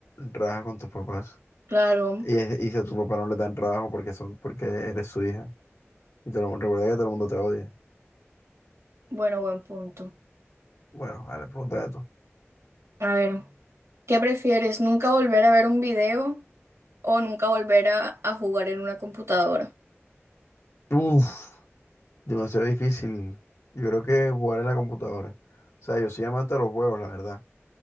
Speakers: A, on the left; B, on the right.
A: trabaja con tus papás.
B: claro.
A: Y, es- y si a tus papás no le dan trabajo porque son, porque eres su hija. Y todo el recuerda que todo el mundo te odia.
B: Bueno, buen punto.
A: Bueno, a la pregunta de
B: A ver. ¿Qué prefieres? ¿Nunca volver a ver un video o nunca volver a, a jugar en una computadora?
A: Uf, demasiado difícil. Yo creo que jugar en la computadora. O sea, yo soy amante de los juegos, la verdad.